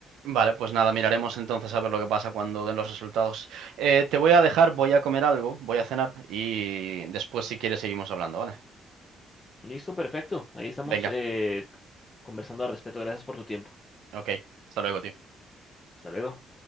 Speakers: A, on the right; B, on the left.
A: Vale, pues nada, miraremos entonces a ver lo que pasa cuando den los resultados. Eh, te voy a dejar, voy a comer algo, voy a cenar y después si quieres seguimos hablando, ¿vale?
B: Listo, perfecto. Ahí estamos
A: Venga,
B: eh, conversando al respecto. Gracias por tu tiempo.
A: ok. Hasta luego, tío.
B: Hasta luego.